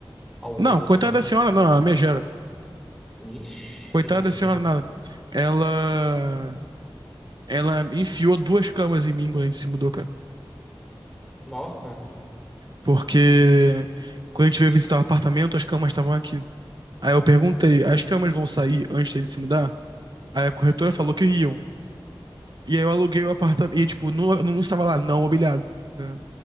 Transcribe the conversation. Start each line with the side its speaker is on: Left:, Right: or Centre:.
Centre: Alguma
Right: Não,
Centre: coisa
Right: coitada
Centre: assim.
Right: da senhora, não, a minha gera.
Centre: Ixi,
Right: Coitada da senhora,
Centre: é.
Right: nada. Ela, ela enfiou duas camas em mim quando a gente se mudou, cara.
Centre: Nossa.
Right: Porque quando a gente veio visitar o apartamento, as camas estavam aqui. Aí eu perguntei, as camas vão sair antes de gente se mudar? Aí a corretora falou que iam. E aí eu aluguei o apartamento. E, tipo, não, não estava lá, não mobiliado. né?